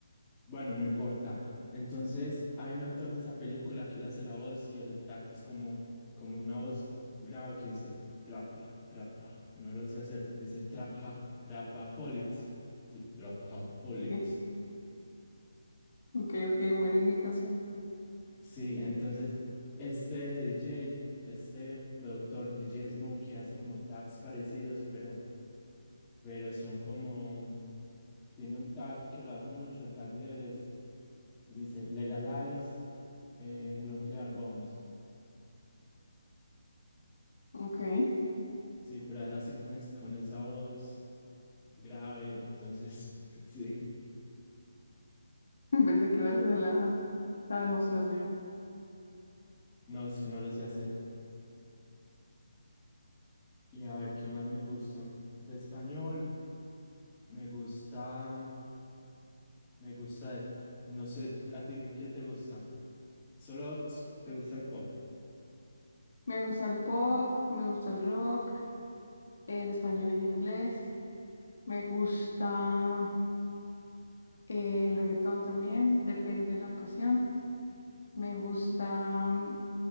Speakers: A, on the left; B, on the left.
A: Bueno, no importa. Entonces, hay un actor de esa película que le hace la voz y el tac es como, como una voz grave que dice trapa, trapa, no lo sé hacer, dice trapa, trapaholics. Sí, trapaholics.
B: Ok, ok, ok, buena imitación.
A: Sí, entonces, este DJ, este productor DJ Smokey hace como tags parecidos, pero, pero son como, tiene un tag que lo hace mucho, el tag de él es, dice legalize eh, nuclear bombs.
B: Ok, <laughs>
A: Sí, pero es así con, es- con esa voz grave, entonces <laughs> sí,
B: pensé que ibas a hacer la, la demostración.
A: no, es que no lo sé hacer. Y a ver, ¿qué más me gusta? De español, me gusta, me gusta, de- no sé, ¿a ti qué te gusta? ¿Solo t- te gusta el pop?
B: Me gusta el pop, me gusta el rock, en español y en inglés. Me gusta eh, el reggaetón también, depende de la ocasión. Me gusta, mm,